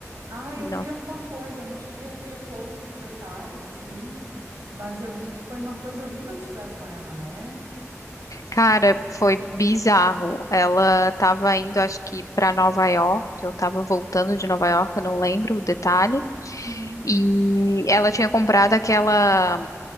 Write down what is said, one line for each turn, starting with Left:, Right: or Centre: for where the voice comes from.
Right: Ah, eu
Left: Não.
Right: vi alguma coisa. Não cheguei a ver todos os detalhes, assim, mas eu vi que foi uma coisa horrível que fizeram com ela, né?
Left: Cara, foi bizarro. Ela estava indo, acho que para Nova York, eu estava voltando de Nova York, eu não lembro o detalhe.
Right: Uhum.
Left: E ela tinha comprado aquela